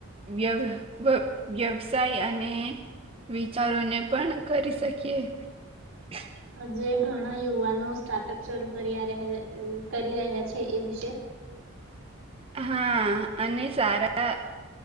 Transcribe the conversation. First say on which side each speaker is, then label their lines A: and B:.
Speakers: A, on the right (about 25°); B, on the right (about 85°).
A: વ્ય વ્યવસાય અને વિચારોને પણ કરી શકીએ <inaudible>
B: હજે ઘણા યુવાનો સ્ટાર્ટઅપ શરૂ કરી કરી રહ્યા છે એ વિશે
A: હા અને સારા